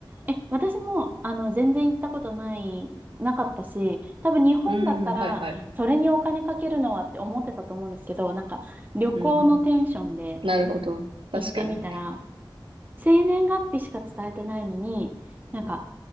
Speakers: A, on the right; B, on the right.
A: え、私も、あの、全然行ったことない、なかったし、多分日本だったら、
B: うん、はいはい。
A: それにお金かけるのはって思ってたと思うんですけど、なんか、旅行のテンションで
B: うん。なるほど。確かに。
A: 行ってみたら、生年月日しか伝えてないのに、なんか、